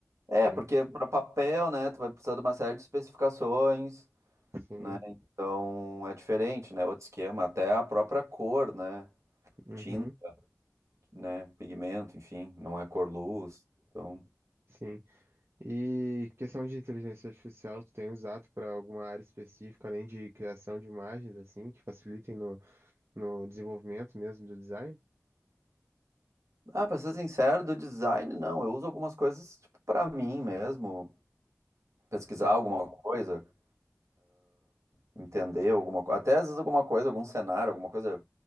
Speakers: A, on the right (about 70°); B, on the right (about 55°).
A: É,
B: Sim,
A: porque para papel, né, tu vai precisar de uma série de especificações.
B: sim.
A: Então, é diferente, né? Outro esquema, até a própria cor, né?
B: Uhum.
A: Tinta, né? Pigmento, enfim, não é cor luz. Então,
B: Sim. E questão de inteligência artificial, tu tem usado para alguma área específica, além de criação de imagens, assim, que facilitem no, no desenvolvimento mesmo do design?
A: Ah, pra ser sincero, do design, não. Eu uso algumas coisas, tipo, pra mim mesmo. Pesquisar
B: Cê-
A: alguma coisa, entender alguma coisa. Até às vezes alguma coisa, algum cenário, alguma coisa